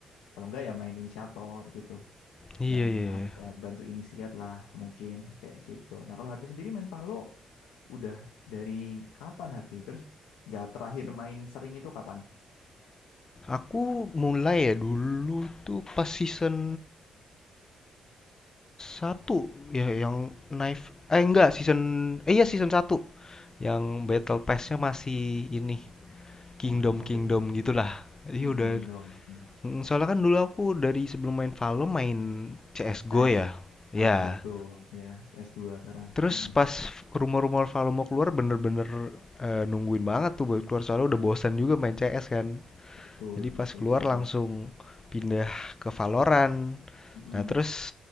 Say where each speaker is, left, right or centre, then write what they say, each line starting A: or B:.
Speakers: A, on the left; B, on the left.
A: kalau nggak ya main inisiator gitu
B: Iya
A: yang
B: iya.
A: apa
B: iya.
A: ya, bantu inisiat lah mungkin kayak gitu nah kalau Harvey sendiri main Valo udah dari kapan Harvey terus ya terakhir main sering itu kapan
B: Aku mulai ya dulu tuh pas season satu ya yang knife eh enggak season eh iya season satu yang battle pass-nya masih ini kingdom
A: Oh, udah lama
B: kingdom
A: berarti ya.
B: gitulah. Jadi
A: Hmm, lagi
B: udah
A: gendong-gendong. Hmm.
B: Mm, soalnya kan dulu aku dari sebelum main valor main CS:GO
A: CS.
B: ya.
A: Ah,
B: Ya,
A: CSGO. Ya, cs dua sekarang.
B: Terus
A: Mm-mm.
B: pas rumor-rumor Valo mau keluar bener-bener eh, nungguin banget tuh buat keluar soalnya udah bosan juga main CS kan.
A: Betul,
B: Jadi
A: betul
B: pas keluar
A: setuju.
B: langsung pindah ke Valorant.
A: Mm-mm.
B: Nah, terus